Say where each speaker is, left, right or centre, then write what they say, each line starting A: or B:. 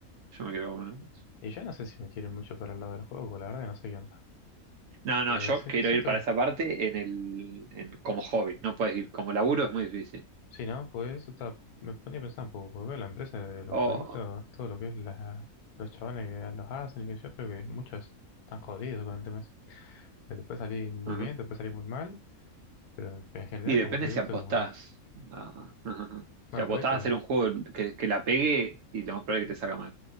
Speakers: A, on the right (about 65°); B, on the left (about 85°).
A: Yo me quedo con uno.
B: Y yo no sé si me quieren mucho para el lado del juego, porque la verdad que no sé qué onda.
A: No,
B: Pues
A: no, yo
B: si-
A: quiero
B: siento
A: ir para
B: que
A: esa parte en el, en- como hobby. No puedes ir como laburo, es muy difícil.
B: Sí, ¿no? Pues o me ponía a pensar un poco, porque veo la empresa de los
A: Oh,
B: jueguitos, todo lo que es la, los chabones que los hacen y que yo creo que muchos están jodidos con el tema ese. Que Te puede salir muy
A: ajá.
B: bien, te puede salir muy mal, pero en en general
A: Y depende
B: como que he
A: si
B: visto
A: apostás.
B: como... que-
A: a- <laughs>
B: Bueno,
A: Si apostás
B: pero he visto
A: a hacer
B: como...
A: un juego que, que la pegue y lo más probable es que te salga mal.